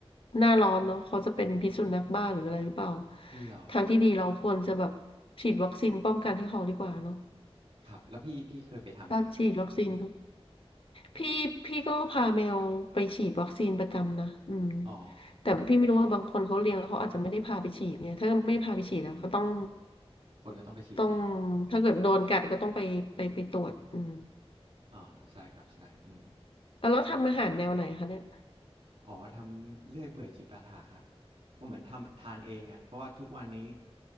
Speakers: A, on the left; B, on the right.
A: หน้าร้อนเนาะเขาจะเป็นพิษสุนัขบ้าหรืออะไรหรือเปล่า
B: เหรอ
A: ทางที่ดีเราควรจะแบบฉีดวัคซีนป้องกันให้เขาดีกว่าเนาะ
B: ครับ แล้วพี่พี่เคยไปทำไหมครับ
A: ถ้าฉีดวัคซีน พี่พี่ก็พาแมวไปฉีดวัคซีนประจำนะอืม
B: อ๋อ
A: แต่พี่ไม่รู้ว่าบางคนเขาเลี้ยงเขาอาจจะไม่ได้พาไปฉีดเนี่ยถ้าไม่พาไปฉีดแล้วก็ต้อง
B: คนก็ต้องไปฉีดแทน
A: ต้องถ้าเกิดโดนกัดก็ต้องไปไปไปตรวจอืม
B: อ่าใช่ครับใช่อืม
A: แล้วแล้วทำอาหารแนวไหนคะเนี่ย
B: อ๋อทำเลื่อยเปื่อยจิปาถะครับก็เหมือนทำทานเองอ่ะเพราะว่าทุกวันนี้